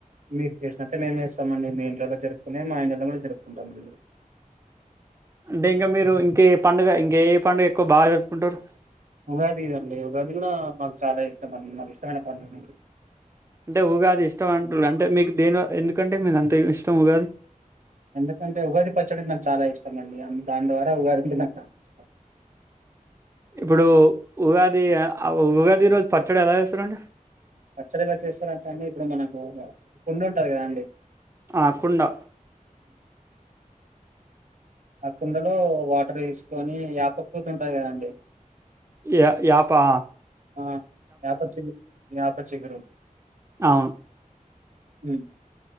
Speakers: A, on the right; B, on the right.
A: మీరు చేసినట్టే మేము చేస్తాము అండి మీ ఇంట్లల్లో జరుపుకునే మా ఇంట్లల్లో కూడా జరుపుకుంటారు
B: అంటే ఇంకా మీరు ఇంక ఏ పండుగ ఇంకా ఏ పండుగ ఎక్కువ బాగా జరుపుకుంటారు
A: ఉగాది అండి ఉగాది కూడా మాకు చాలా ఇష్టమండి మాకు ఇష్టమైన పండుగ అండి
B: అంటే ఉగాది ఇష్టం అంటురు అంటే మీకు దేనిల్ ఎందుకంటే మీకు అంత ఇష్టం ఉగాది
A: ఎందుకంటే ఉగాది పచ్చడి అంటే నాకు చాలా ఇష్టం అండి అని దాని ద్వారా ఉగాది అంటే నాకు చాలా ఇష్టం
B: ఇప్పుడు ఉగాది ఆ ఉగాది రోజు పచ్చడి ఎలా చేస్తారండి
A: పచ్చడి అట్టా చేశారంట అండి ఇప్పుడు మనకు ఒక కుండ ఉంటది కదా అండి
B: ఆ కుండా
A: ఆ కుండలో వాటర్ తీసుకొని యాపపూత ఉంటది కదండి
B: యా యాపా
A: ఆ యాప చిగురు యాప చిగురు
B: అవును
A: హు